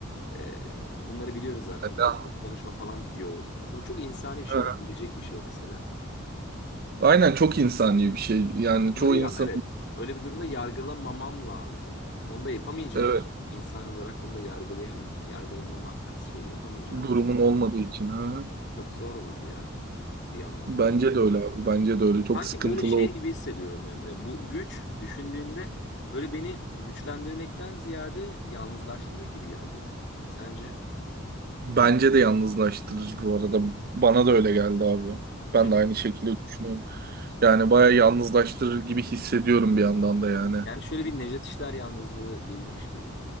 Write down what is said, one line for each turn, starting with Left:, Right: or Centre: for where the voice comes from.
Left: e, bunları biliyoruz zaten
Right: Yani
Left: boş boş konuşma falan diyor olsa. Mesela bu çok insani bir şey
Right: Hı hı.
Left: olabilecek bir şey mesela.
Right: Aynen çok insani bir şey. Yani
Left: Ya onları
Right: çoğu
Left: ya
Right: insanın
Left: evet öyle bir durumda yargılamamam lazım. Onu da yapamayacağım
Right: evet
Left: için insan olarak bunu da yargılayam yargılamama kız şeyini yapamayacağım
Right: durumun
Left: için
Right: olmadığı için ha.
Left: çok zor olurdu ya bir yandan
Right: Bence
Left: da.
Right: de öyle abi. Bence de öyle. Çok
Left: Sanki
Right: sıkıntılı
Left: böyle şey
Right: ol.
Left: gibi hissediyorum Emre. Bu güç düşündüğünde böyle beni güçlendirmekten ziyade yalnızlaştırır gibi geldi. Sence?
Right: Bence de yalnızlaştırır bu arada. Bana da öyle geldi abi.
Left: <laughs>
Right: Ben de aynı şekilde düşünüyorum. Yani bayağı yalnızlaştırır gibi hissediyorum bir yandan da yani.
Left: Yani şöyle bir Nejat İşler yalnızlığı gelirmiş gibi.